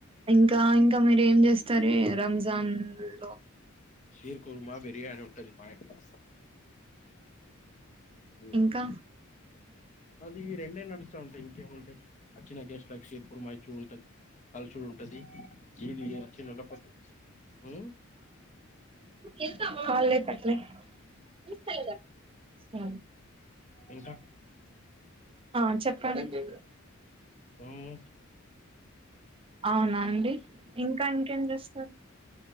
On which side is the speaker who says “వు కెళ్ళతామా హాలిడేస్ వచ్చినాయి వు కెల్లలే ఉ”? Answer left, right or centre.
Right